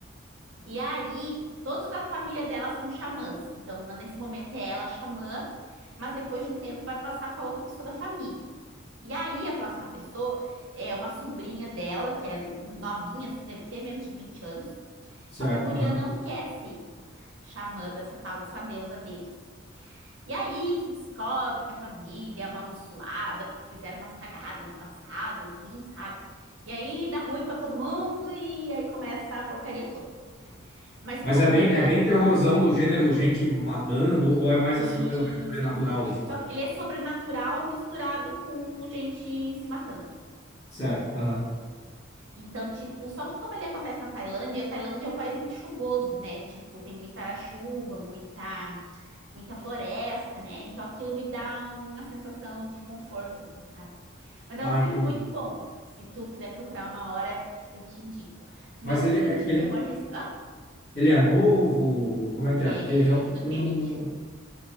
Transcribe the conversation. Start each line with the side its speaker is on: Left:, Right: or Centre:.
Right: E aí, todos da família dela são xamãs. Então, uma- nesse momento é ela xamã, mas depois de um tempo vai passar para outra pessoa da família. E aí, a próxima pessoa é uma sobrinha dela, que é novinha, assim, deve ter menos de 20 anos.
Left: Certo,
Right: Só que a guria
Left: aham.
Right: não quer ser xamã dessa tal, dessa deusa deles. E aí se descobre que a família é amaldiçoada porque fizeram umas cagadas no passado, assim, sabe? E aí dá ruim para todo mundo e aí começa a porcaria toda. Mas
Left: Mas
Right: como
Left: é bem,
Right: ele
Left: é
Right: é
Left: bem terrorzão do gênero gente matando, ou é mais
Right: Sim,
Left: essa coisa mais sobrenatural,
Right: sim, sim, sim.
Left: assim?
Right: Só que ele é sobrenatural misturado com gente se matando.
Left: Certo, aham.
Right: Então, tipo, só que como ele acontece na Tailândia, a Tailândia é um país muito chuvoso, né? Tipo, tem muita chuva, muita, muita floresta, né? Então aquilo me dá uma sensação de conforto, assim, sabe? Mas
Left: Ah,
Right: é um filme
Left: entendi.
Right: muito bom. Se tu quiser procurar uma hora, eu te indico. Tu
Left: Mas
Right: viu algum
Left: ele,
Right: filme
Left: é-
Right: de
Left: ele,
Right: terror recente? Ah,
Left: ele é novo? Como é que
Right: é
Left: é? Porque realmente
Right: de dois
Left: eu
Right: mil
Left: não,
Right: e e
Left: não...
Right: vinte e um